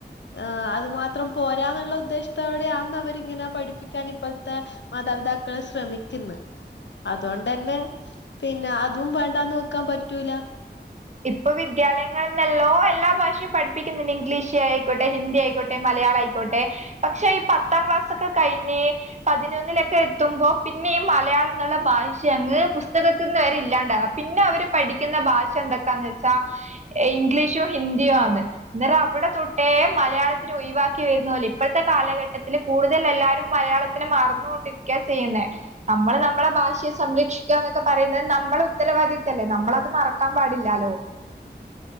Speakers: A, on the left; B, on the right.
A: ആഹ്, അത് മാത്രം പോരാന്ന്ള്ള ഉദ്ദേശ്ത്തോടെയാന്ന് അവരിങ്ങനാ പഠിപ്പിക്കാൻ ഇപ്പഴ്ത്തെ മാതാപിതാക്കള് ശ്രമിക്ക്ന്ന്. അതോണ്ടെന്നെ പിന്നെ അതും വേണ്ടാന്ന് വെക്കാ പറ്റൂല
B: ഇപ്പോ വിദ്യാലയങ്ങളിലെല്ലോ എല്ലാ ഭാഷ്യും പഠിപ്പിക്ക്ന്ന്ണ്ട്. ഇംഗ്ലീഷ് ആയിക്കോട്ടെ ഹിന്ദി ആയിക്കോ മലയാളായിക്കോട്ടെ പക്ഷെ ഈ പത്താം ക്ലാസൊക്കെ കഴിഞ്ഞ് പതിനൊന്നിലൊക്കെ എത്തുമ്പോ പിന്നെ ഈ മലയാളന്ന്ള്ള ഭാഷ്യങ്ങ് പുസ്തകത്ത്ന്ന് വെരെ ഇല്ലാണ്ടാ പിന്നെ അവര് പഠിയ്ക്ക്ന്ന ഭാഷ എന്തൊക്കാന്ന് വെച്ചാ ഇംഗ്ലീഷും ഹിന്ദിയും ആന്ന്. എന്നേരം അവടെ തൊട്ടേ മലയാളത്തിനെ ഒഴിവാക്കി വെര്ന്നോല് ഇപ്പഴ്ത്തെ കാലഘട്ടത്തില് കൂടുതൽ എല്ലാവാരും മലയാള ത്തിനെ മർന്നോണ്ടിരിയ്ക്ക ചെയ്യ്ന്നേ. നമ്മള് നമ്മളെ ഭാഷയെ സംരക്ഷിക്കാന്നൊക്കെ പറയുന്നത് നമ്മളെ ഉത്തരവാദിത്തല്ലേ നമ്മളത് മറക്കാൻ പാ ടില്ലാലോ